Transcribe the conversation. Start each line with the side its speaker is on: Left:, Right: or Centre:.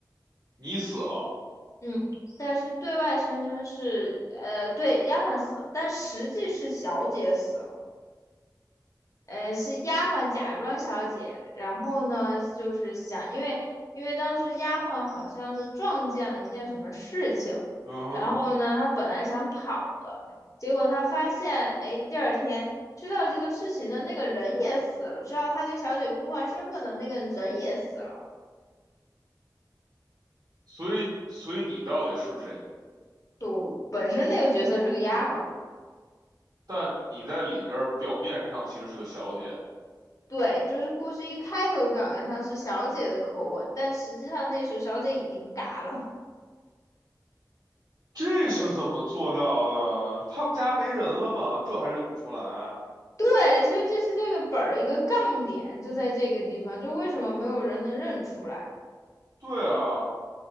Right: 你死了，
Left: 嗯，但是对外宣称是呃对丫鬟死了，但实际是小姐死了。呃，是丫鬟假装小姐，然后呢，就是想，因为因为当时丫鬟好像是撞见了一件什么事情，
Right: 嗯哼，
Left: 然后呢，她本来想跑的，结果她发现，哎，第二天知道这个事情的那个人也死了，知道她跟小姐互换身份的那个人也死了，
Right: 所以所以你到底是谁？
Left: 就本身那个角色是个丫鬟。
Right: 但你在里边儿表面上其实是个小姐，
Left: 对，就是故事一开头表面上是小姐的口吻，但实际上那时候小姐已经嘎了。
Right: 这是怎么做到的？
Left: 对。
Right: 他们家没人了吗？这还认不出来？
Left: 对，所以这是这个本儿的一个杠点，就在这个地方，就为什么没有人能认出来，
Right: 对啊。